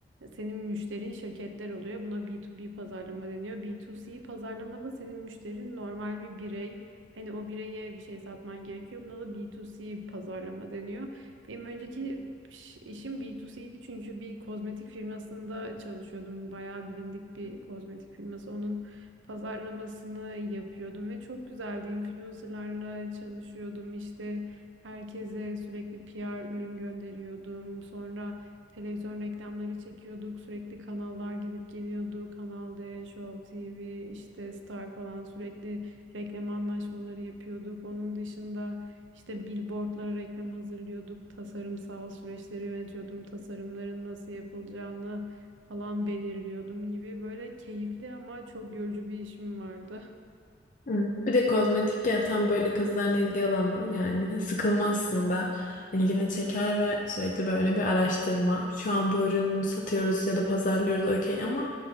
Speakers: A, on the right (about 80°); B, on the left (about 45°).
A: senin müşterin şirketler oluyor. Buna B2B pazarlama deniyor. B2C pazarlamada senin müşterin normal bir birey. Hani o bireye bir şey satman gerekiyor. Buna da B2C pazarlama deniyor. Benim önceki iş- işim B2C'ydi çünkü bir kozmetik firmasında çalışıyordum. Bayağı bilindik bir kozmetik firması. Onun pazarlamasını yapıyordum ve çok güzeldi. Influencerlarla çalışıyordum. İşte herkese sürekli P R ürün gönderiyordum. Sonra Televizyon reklamları çekiyorduk. Sürekli kanallar gidip geliyordu. Kanal D, Show TV, işte Star falan sürekli reklam anlaşmaları yapıyorduk. Onun dışında işte billboardlara reklam hazırlıyorduk. Tasarımsal süreçleri yönetiyordum. Tasarımların nasıl yapılacağını falan belirliyordum gibi böyle keyifli ama çok yorucu bir işim vardı.
B: Hı. Bir de kozmetik ya tam böyle kızların ilgi alanı yani sıkılmazsın da ilgini çeker ve sürekli böyle bir araştırma. Şu an bu ürünü satıyoruz ya da pazarlıyoruz okey ama